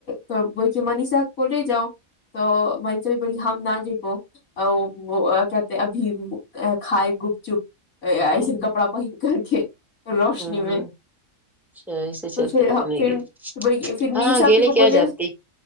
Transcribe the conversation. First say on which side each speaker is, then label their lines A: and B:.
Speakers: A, on the left; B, in the centre.
A: تو بولے کے منیشا کو جاؤ تو منیشا بھی ہم نہ جب آ وہ کہتے ہیں ابھی کھائے گپ چپ ایسن
B: ہوں
A: کپڑا پہن کر کے روشنی
B: ہوں
A: میں
B: اچھا ایسے چلتے
A: تو فیر
B: پھرنے
A: فیر
B: کی
A: فیر
B: ہاں
A: نیسا
B: اکیلے
A: آپی کو بولے
B: کیا جاتی